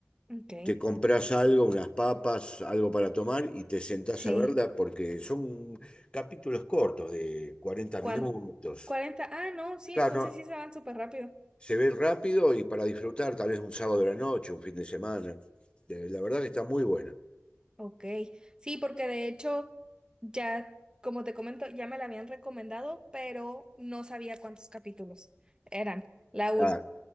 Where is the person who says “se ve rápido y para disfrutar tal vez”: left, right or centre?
Left